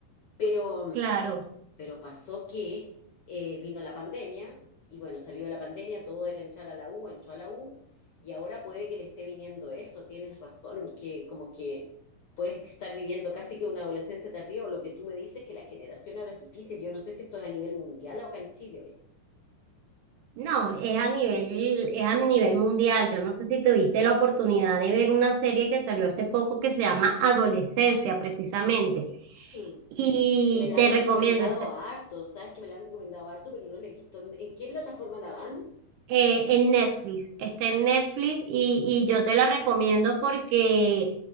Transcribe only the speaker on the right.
claro.
No, es a nivel, es a nivel mundial. Yo no sé si tuviste la oportunidad de ver una serie que salió hace poco que se llama Adolescencia, precisamente
Y
te
recomiendo, es,
eh, en Netflix, está en Netflix y, y yo te la recomiendo porque,